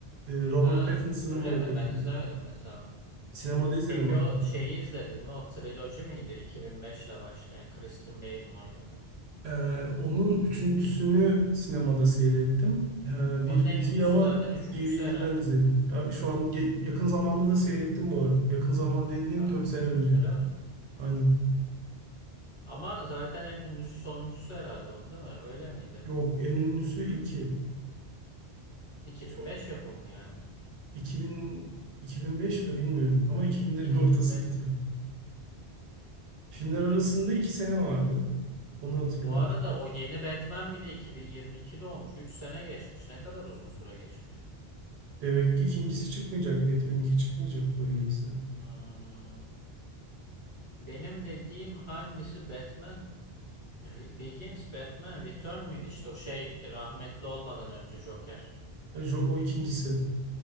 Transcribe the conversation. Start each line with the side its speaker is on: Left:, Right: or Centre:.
Right: Ee, Robert
Left: Ha,
Right: Pattinson'ın
Left: öyle
Right: olduğu
Left: mi? Ben
Right: film.
Left: izlemedim mesela onu.
Right: Sinemada izledim
Left: Peki
Right: hatta.
Left: o şeyi izledin mi? O triloji miydi? 2005 ile başlayan Christian Bale'ın oynadığı.
Right: Ee, onun üçüncüsünü sinemada seyrettim. Ee,
Left: Onun
Right: bir
Left: en
Right: ve ikiyi
Left: ünlüsü
Right: ama
Left: zaten üçüncüsü
Right: DVD'den
Left: herhalde.
Right: izledim. Ya, şu an ge- yakın zamanda da seyrettim bu arada. Yakın zaman dediğim
Left: Ha,
Right: 4 sene önce.
Left: öyle mi?
Right: Aynen.
Left: Ama zaten en ünlüsü sonuncusu herhalde onun değil mi? Öyle miydi?
Right: Yok en ünlüsü ilki.
Left: iki
Right: Son
Left: bin beş yapımı yani?
Right: 2000, 2005 mi bilmiyorum ama 2000'lerin
Left: iki
Right: <laughs> ortası
Left: bin beş.
Right: bir türlü. Filmler arasında iki sene vardı. Onu hatırlıyorum.
Left: Bu arada o yeni Batman bile iki bin yirmi iki'de olmuş. 3 sene geçmiş. Ne kadar uzun süre geçmiş.
Right: Demek ki ikincisi çıkmayacak. Batman 2 çıkmayacak böyleyse.
Left: Hmm. Benim dediğim hangisi Batman Re- Begins Batman Return müydü? İşte o şey rahmetli olmadan önce Joker.
Right: Hayır, O o ikincisi.